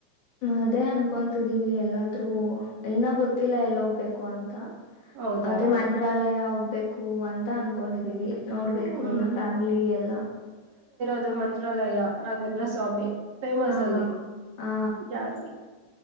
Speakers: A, on the left; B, on the right.
A: ಅದೇ ಅನ್ಕೊತಿದೀವಿ ಎಲ್ಲಾದ್ರೂ ಇನ್ನ ಗೊತ್ ತಿಲ್ಲ ಎಲ್ಲಿ ಹೋಗ್ಬೇಕು ಅಂತ
B: ಹೌದಾ
A: ಅದೇ ಮಂತ್ರಾಲಯ ಬೇಕು ಅಂತ ಅನ್ಕೊಂಡಿದೀವಿ ನೋಡ್ಬೇಕು
B: ಹ್ಮ್
A: ಇನ್ನ ಫ್ಯಾಮಿಲಿ ಎಲ್ಲ
B: ಅದು ಮಂತ್ರಾಲಯ ರಾಘೇಂದ್ರ ಸ್ವಾಮಿ ಫೇಮಸ್
A: ಆ
B: ಅಲ್ಲಿ
A: ಆ
B: ಜಾಸ್ತಿ